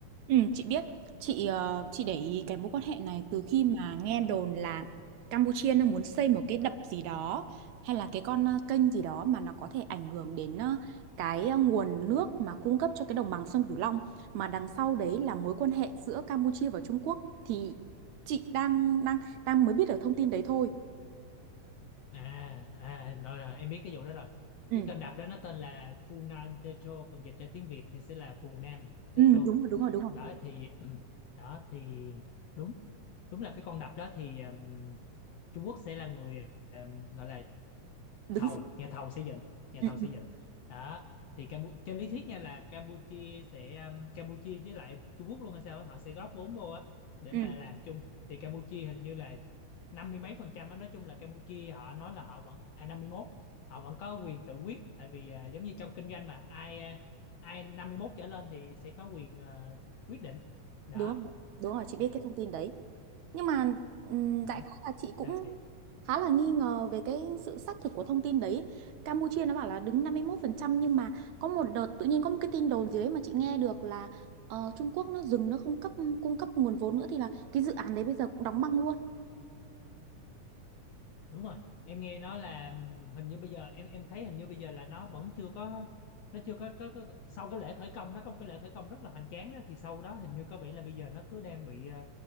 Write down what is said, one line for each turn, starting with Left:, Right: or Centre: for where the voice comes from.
Right: Ừ, chị biết. Chị ờ, chị để ý cái mối quan hệ này từ khi mà nghe đồn là Campuchia nó muốn xây một cái đập gì đó hay là cái con ờ, kênh gì đó mà nó có thể ảnh hưởng đến ờ, cái ờ, nguồn nước mà cung cấp cho cái đồng bằng sông Cửu Long mà đằng sau đấy là mối quan hệ giữa Campuchia và Trung Quốc thì chị đang đang đang mới biết được thông tin đấy thôi.
Left: À à rồi, rồi em biết cái vụ đó rồi.
Right: Ừ.
Left: Cái kênh đập đó nó tên là Funan Techo còn dịch ra tiếng Việt thì sẽ là Phù Nam
Right: Ừ,
Left: Techo.
Right: đúng rồi, đúng rồi, đúng rồi.
Left: Đó thì ừ, đó thì đúng đúng là cái con đập đó thì ờm, Trung Quốc sẽ là người ờm, gọi là
Right: Đứng
Left: thầu
Right: sau.
Left: nhà thầu xây dựng nhà
Right: Ừ,
Left: thầu xây
Right: ừ,
Left: dựng đó thì Campu trên lý thuyết nha là Campuchia sẽ um, Campuchia với lại Trung Quốc luôn hay sao á, họ sẽ góp vốn vô á để
Right: ừ,
Left: mà làm chung thì Campuchia hình như là năm mươi mấy phần trăm á nói chung là Campuchia họ nói là họ vẫn à 51 họ vẫn có quyền tự quyết tại vì à, giống như trong kinh doanh mà ai à, ai 51 trở lên thì sẽ có quyền à, quyết định đó
Right: đúng rồi. Đúng rồi, chị
Left: thì
Right: biết cái thông tin đấy. Nhưng mà ừm,
Left: đó
Right: đại khái là chị
Left: sao
Right: cũng
Left: chị
Right: khá là nghi ngờ về cái sự xác thực của thông tin đấy. Campuchia nó bảo là đứng năm mươi mốt phần trăm nhưng mà có một đợt tự nhiên có một cái tin đồn dưới mà chị nghe được là ờ, Trung Quốc nó dừng nó không cấp cung cấp nguồn vốn nữa thì là cái dự án đấy bây giờ cũng đóng băng luôn.
Left: đúng rồi em nghe nói là hình như bây giờ em em thấy hình như bây giờ là nó vẫn chưa có nó chưa có, có, có sau cái lễ khởi công nó có một cái lễ khởi công rất là hoành tráng đó thì sau đó hình như có vẻ là bây giờ nó cứ đang bị ờ,